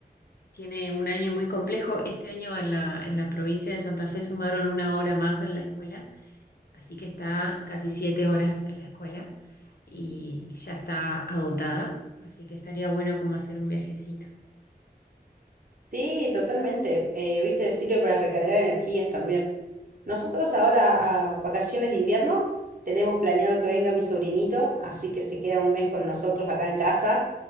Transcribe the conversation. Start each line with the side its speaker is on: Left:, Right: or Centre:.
Left: tiene un año muy complejo. Este año en la, en la provincia de Santa Fe sumaron una hora más en la escuela. Así que está casi siete horas en la escuela y ya está agotada. Así que estaría bueno como hacer un viajecito.
Right: Sí, totalmente. Eh, viste, sirve para recargar energías también. Nosotros ahora a vacaciones de invierno tenemos planeado que venga mi sobrinito, así que se queda un mes con nosotros acá en casa.